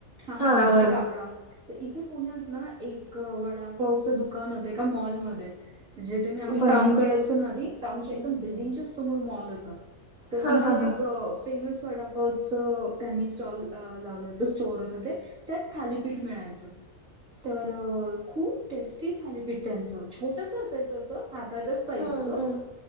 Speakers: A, on the right; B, on the left.
A: हा
B: हां
A: हातावर
B: हां
A: कापडावर तर इथे पुण्यात ना एक वडापावचं दुकान होत. एका मॉलमध्ये जिथे आम्ही
B: बरं
A: काम करायचो. ना आधी तर आमच्या एकदम बिल्डिंगच्याच समोर मॉल होता. तर
B: हां
A: तिथे
B: हां हां
A: एक अ फेमस वडापावच त्यांनी स्टॉल लावलं होत. स्टोअर होतं ते त्यात थालीपीठ मिळायचं! तर खूप टेस्टी थालीपीठ त्याचं छोटस असायचं. हाताच्या साईजच
B: हम्म, हम्म,